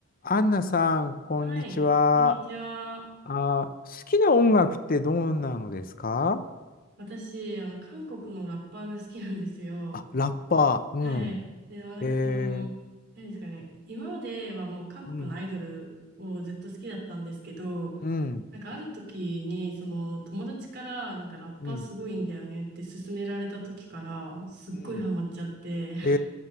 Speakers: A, on the left (about 45°); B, on the right (about 60°).
A: アンナさん、こんにちは。
B: はい、こんにちは。
A: あ、好きな音楽ってどうなのですか
B: 私、あの、韓国のラッパーが好きなんですよ。
A: あ、ラッパーうん。
B: はい。で、まあなんかその、
A: えー、
B: 何ですかね。今まではもう韓国のアイドルをずっと好きだったんですけど、
A: うん、うん、
B: なんかある時に、その、友達から、なんかラッパーすごいんだよねって勧められた時から、
A: うん、
B: すっごいハマっちゃって、
A: うん。え